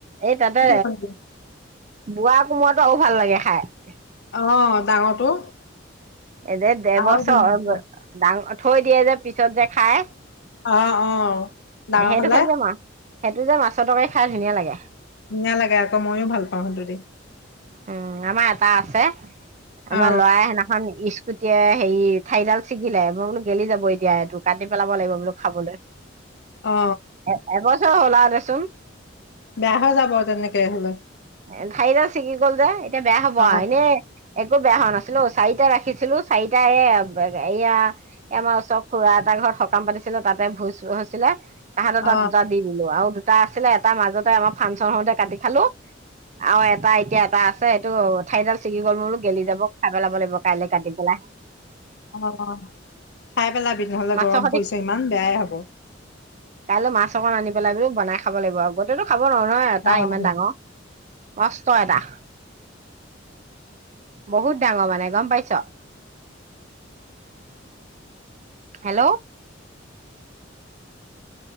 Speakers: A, on the right; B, on the left.
A: এই তাতে
B: বনালি
A: বোৱা কোমোৱাটো আৰু ভাল লাগে খাই।
B: অঁ' ডাঙৰটো।
A: এই যে দেৰবছ
B: আৰু ধুনীয়া হয়
A: ডাঙৰ থৈ দিয়ে যে পিছত যে খাই।
B: অ অ ডাঙৰ
A: সেইটো
B: হলে
A: হ যে মাছ সেইটো যে মাছৰ তৰকাৰী খাই ধুনীয়া লাগে।
B: ধুনীয়া লাগে আক, ময়ো ভাল পাওঁ সেটো দি।
A: উম' আমা এটা আছে আমাৰ
B: অ
A: লৰাই সেনা- এখন স্কুটিয়ে হেৰি ঠাইডাল ছিগিলে মই বোলো গেলি যাব এতিয়া এইটো কাটি পেলাব লাগিব বোলো খাবলৈ।
B: অ
A: এ এবছৰ হ'ল আৰু দেচোন।
B: বেয়া হৈ যাব তেনেকে হলে।
A: এ থাৰি ডাল ছিগি গ'ল যে এতিয়া বেয়া হব
B: অ
A: আও এনেই- একো বেয়া হোৱা নাছিল ও চাৰিটা ৰাখিছিলো চাৰিটা এ বে এয়া- এই আমাৰ ওচৰ খুৰা এটা ঘৰত সকাম পাতিছিলে তাতে ভুই হৈছিলে তাহাঁতৰ
B: অ
A: তাত দুটাত- দি দিলো আৰু দুটা আছিলে এটাৰ মাজতে আমাৰ ফাংচন হওঁতে কাটি খালো আৰু এটা এত- এতিয়া এটা আছে সেইটো ঠাইডাল ছিগি গ'ল ময় বোলো গেলি যাব খাই পেলাব লাগিব কাইলে কাটি পেলাই।
B: অঁ' অঁ' খাই পেলাবি নহ'লে
A: মাছৰ
B: গৰম
A: সতি
B: পৰিছে ইমান বেয়াই হ'ব।
A: কাইলও মাছ অকণ আনি পেলাই বোলো বনাই খাব লাগিব। গতেটো- খাব নোৱাৰোঁ এটা
B: অ
A: ইমান ডাঙৰ মচ ছয়টা, বহুত ডাঙৰ মানে, গম পাইছ'। হেল্ল'।